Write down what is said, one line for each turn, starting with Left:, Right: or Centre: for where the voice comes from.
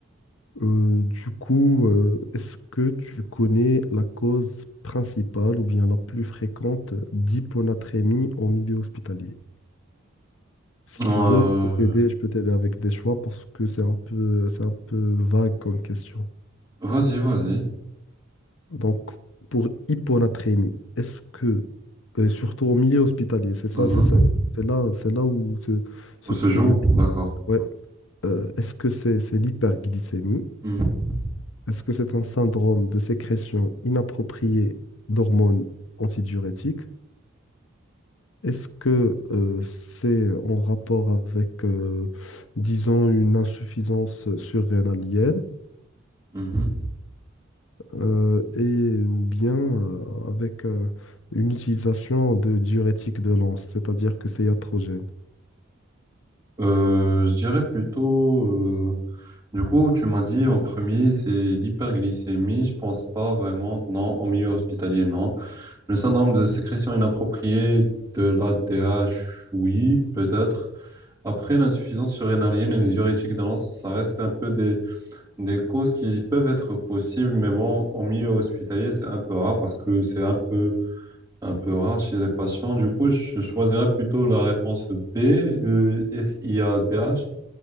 Left: Euh, du coup, euh, est-ce que tu connais la cause principale ou bien la plus fréquente d'hyponatrémie au milieu hospitalier? Si
Right: Euh,
Left: tu veux, je peux t'aider, je peux t'aider avec des choix parce que c'est un peu, c'est un peu vague comme question.
Right: vas-y, vas-y.
Left: Donc, pour hyponatrémie, est-ce que, euh, surtout au milieu hospitalier, c'est ça,
Right: Mhm.
Left: c'est ça- c'est là, c'est là où se, se
Right: On se
Left: trouve
Right: joue,
Left: le pire.
Right: d'accord.
Left: Ouais. Euh, est-ce que c'est c'est l'hyperglycémie?
Right: Mhm.
Left: Est-ce que c'est un syndrome de sécrétion inappropriée d'hormones antidiurétiques? Est-ce que euh, c'est en rapport avec, euh, disons, une insuffisance surrénalienne
Right: Mhm.
Left: euh, et ou bien euh, avec euh, une utilisation de diurétiques de l'anse, c'est-à-dire que c'est iatrogène?
Right: Euh, je dirais plutôt, euh, du coup tu m'as dit en premier c'est l'hyperglycémie, je pense pas vraiment, non, en milieu hospitalier, non. Le syndrome de sécrétion inappropriée de l'ADH, oui, peut-être. Après, l'insuffisance surrénalienne et les diurétiques de l'anse, ça reste un peu des, Des causes qui peuvent être possibles, mais bon, en milieu hospitalier, c'est un peu rare parce que c'est un peu, un peu rare chez les patients. Du coup, je choisirais plutôt la réponse B, le SIADH.